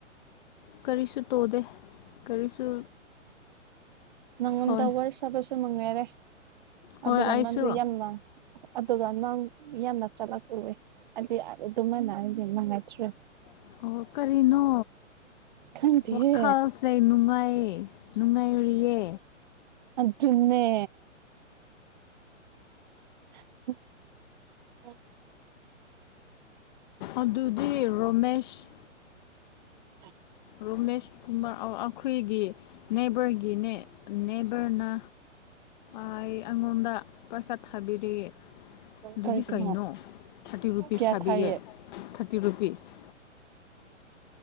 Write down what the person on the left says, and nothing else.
ꯀꯔꯤꯁꯨ ꯇꯣꯗꯦ ꯀꯔꯤꯁꯨ
ꯍꯣꯏ
ꯍꯣꯏ
ꯑꯩꯁꯨ
ꯑꯣ ꯀꯔꯤꯅꯣ
ꯋꯥꯈꯜꯁꯦ
ꯅꯨꯡꯉꯥꯏ ꯅꯨꯡꯉꯥꯏꯔꯤꯌꯦ
ꯑꯗꯨꯗꯤ ꯔꯣꯃꯦꯁ
ꯔꯣꯃꯦꯁ ꯀꯨꯃꯥꯔ ꯑꯩꯈꯣꯏꯒꯤ ꯅꯦꯕꯔꯒꯤ ꯅꯦꯕꯔꯅ ꯑꯩ ꯑꯩꯉꯣꯟꯗ ꯄꯩꯁꯥ ꯊꯥꯕꯤꯔꯌꯦꯦ ꯑꯗꯨꯗꯤ
ꯀꯩꯅꯣ ꯊꯥꯔꯇꯤ ꯔꯨꯄꯤꯁ
ꯊꯥꯕꯤꯌꯦꯦ
ꯊꯥꯔꯇꯤ ꯔꯨꯄꯤꯁ